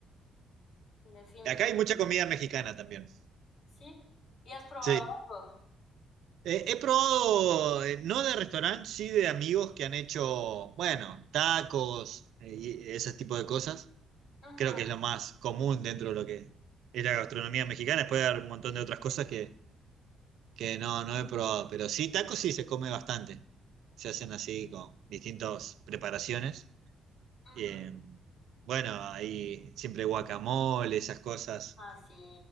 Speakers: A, on the left; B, on the right.
A: Definitivo.
B: Acá hay mucha comida mexicana también.
A: Sí. ¿Y has probado
B: Sí.
A: algo?
B: Eh, he probado, eh, no de restaurante, sí de amigos que han hecho, bueno, tacos eh, y ese tipo de cosas.
A: Ujú,
B: Creo que es lo más común dentro de lo que es la gastronomía mexicana. Después hay un montón
A: Sí.
B: de otras cosas
A: sí.
B: que, que no, no he probado. Pero sí, tacos sí se come bastante. Se hacen así con distintas preparaciones.
A: Ujú,
B: Eh, bueno, ahí siempre guacamole, esas cosas
A: Ah, sí.